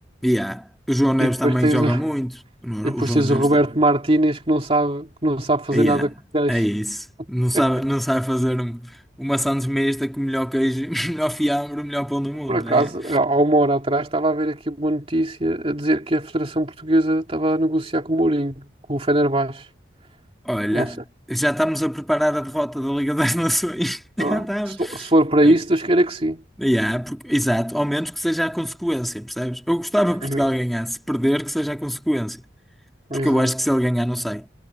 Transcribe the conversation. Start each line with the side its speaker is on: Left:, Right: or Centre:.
Centre: E há. O João Neves
Right: e depois
Centre: também
Right: tens,
Centre: joga
Right: o- <laughs>
Centre: muito.
Right: e depois
Centre: O João
Right: tens
Centre: Neves.
Right: o Roberto Martínez, que não sabe, que não sabe fazer
Centre: Yeah,
Right: nada com os pés.
Centre: é isso. Não sabe,
Right: <laughs>
Centre: não sabe fazer um- uma sandes mista com o melhor queijo, <laughs> o melhor fiambre, o melhor pão do mundo.
Right: Por acaso,
Centre: É.
Right: há uma hora atrás, estava a ver aqui uma notícia a dizer que a Federação Portuguesa estava a negociar com o Mourinho, com o Fenerbahçe.
Centre: Olha,
Right: Não sei.
Centre: já estamos a preparar a derrota da Liga das Nações. <laughs>
Right: Só-
Centre: Já estamos.
Right: Se for se for para
Centre: É,
Right: isso, Deus queira que sim.
Centre: yeah, porque- exato, ao menos que seja a consequência, percebes? Eu gostava
Right: <laughs>
Centre: que Portugal ganhasse, perder que seja a consequência.
Right: Exato.
Centre: Porque eu acho que se ele ganhar, não sei.